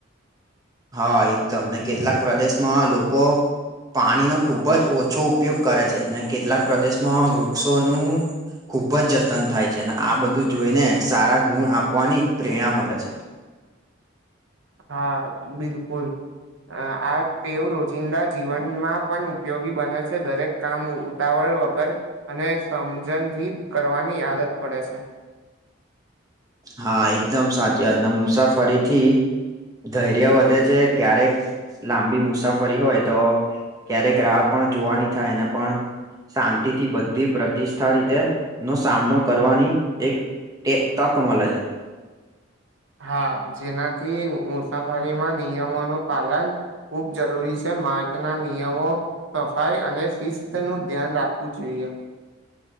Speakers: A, on the right (about 20°); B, on the right (about 70°).
A: હા એકદમ ને કેટલાક પ્રદેશમાં લોકો પાણીનો ખૂબ જ ઓછો ઉપયોગ કરે છે ને કેટલાક પ્રદેશમાં વૃક્ષોનું ખૂબ જ જતન થાય છે અને આ બધું જોઈને સારા ગુણ આપવાની પ્રેરણા મળે છે <inaudible>
B: હા બિલકુલ આ ટેવ રોજિંદા જીવનમાં પણ ઉપયોગી બને છે દરેક કામ ઉતાવળ વગર અને સમજણથી કરવાની આદત પડે છે
A: હા એકદમ સાચી વાત ના મુસાફરીથી ધૈર્ય વધે છે ક્યારેક લાંબી મુસાફરી હોય તો ક્યારેક રાહ પણ જોવા ની થાય એને પણ શાંતિથી બધી પ્રતિષ્ઠા રીતે નો સામનો કરવાની એક તે તક મળે છે
B: હા જેનાથી મુસાફરીમાં નિયમોનું પાલન ખુબ જરૂરી છે માર્ગના નિયમો સફાઈ અને શિસ્ત નું ધ્યાન રાખવું જોઈએ